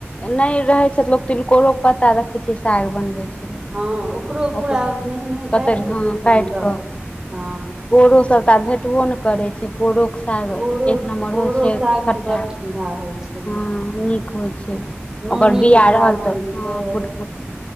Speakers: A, on the left; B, on the right.
A: नहि
B: हँ
A: रहै छथि लोक तिलकोरो पता देखेय छी साग बनवे छै
B: हँ पूरा
A: ओकरो हँ
B: मेहींँ मेहींँ
A: कतैर
B: काटि कऽ बेसनमे
A: काटीकें
B: दऽ
A: हाँ
B: कऽ हँ
A: पोरो सभटा भेटबो नहि करै छै पोरोक साग
B: पोरो
A: एक नम्बर
B: पोरो
A: होय छै
B: साग
A: खट्टा
B: तऽ बड ठंडा होइ छै
A: हँ नीक होइ छै
B: नोनी
A: ओकर बिया
B: के साग
A: रहल तऽ
B: होइ छै
A: ह पुट पुट